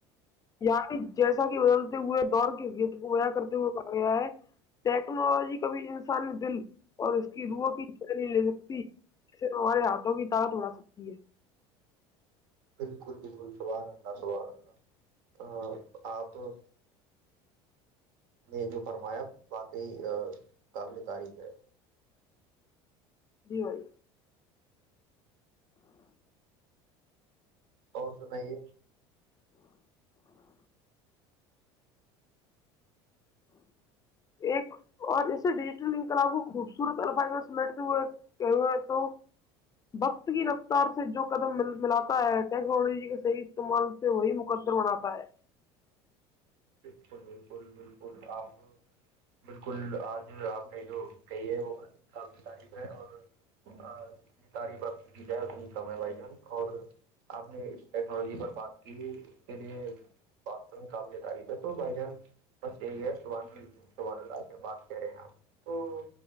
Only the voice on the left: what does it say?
یعنی جیسا کہ بدل ہوئے دور کے گیت کو ہویا کرتے وہ کر گیا ہے ٹیکنالوجی کا بھی ج دل اور اس کی روح کی چہری لے سکتی صرف ہمارے ہاتھوں کی طاقت بڑھا سکتی ہے
دیوال
ایک اور اسسے ڈیجیٹل ان کو خوبصور الفائی بیٹھتے ہوئے کہ ہوئے تو وقت کی رفتار سے جو قدم ملاتا ہے ٹیکنالوجی کے استعمال سے وہی مقدر ہوناتا ہے